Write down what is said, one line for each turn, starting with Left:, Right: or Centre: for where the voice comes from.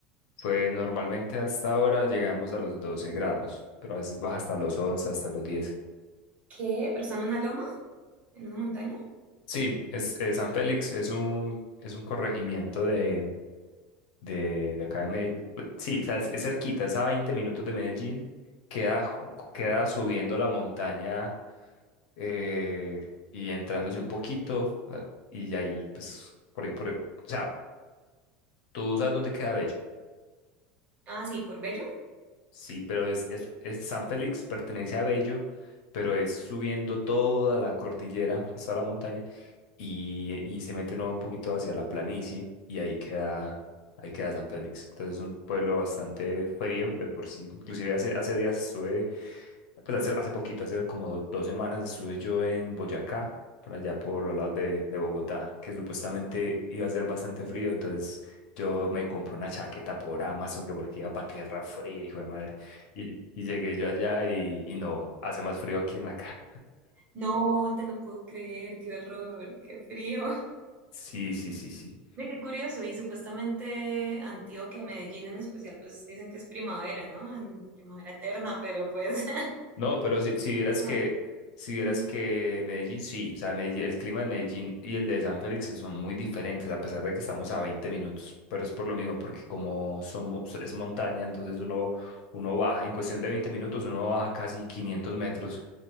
Left: Pues normalmente hasta ahora llegamos a los 12 grados, pero a veces baja hasta los 11, hasta los 10.
Right: ¿Qué? ¿Pero están en una loma? ¿En una montaña?
Left: Sí, es, eh, San Félix es un, es un corregimiento de, de, de acá de Medellín. Pues, Sí, o sea, es, es cerquita, es a 20 minutos de Medellín. Queda, ju- queda subiendo la montaña eh, y entrándose un poquito. ah, Y ahí, pues, por ahí, por ahí- O sea, tú sabes dónde queda Bello.
Right: Ah, sí, por Bello.
Left: Sí, pero es, es, es San Félix pertenece a Bello, pero es subiendo toda la cordillera, pues toda la montaña y, y se mete uno un poquito hacia la planicie y ahí queda, ahí queda San Félix. Entonces es un pueblo bastante frío de por sí. Inclusive hace, hace días estuve, pues hace, hace poquito, hace como do- dos semanas estuve yo en Boyacá, por allá por los lados de, de Bogotá, que supuestamente iba a ser bastante frío. Entonces yo me compré una chaqueta por Amazon que porque iba para tierra fría, hijo de madre. Y, y llegué yo allá y, y no, hace más frío aquí en la casa.
Right: No te lo puedo creer, qué horror, qué frío. <laughs>
Left: Sí, sí, sí, sí.
Right: Ve, qué curioso, y supuestamente Antioquia, Medellín en especial, pues dicen que es primavera, ¿no? En primavera eterna, pero pues. <laughs>
Left: No, pero si, si vieras que,
Right: a ver,
Left: si vieras
Right: ujú.
Left: que Medellín, sí, o sea, Medellín- el clima de Medellín y el de San Félix son muy diferentes, a pesar de que estamos a 20 minutos, pero es por lo mismo, porque como somos, es montaña, entonces uno, uno baja, en cuestión de 20 minutos, uno baja casi 500 metros,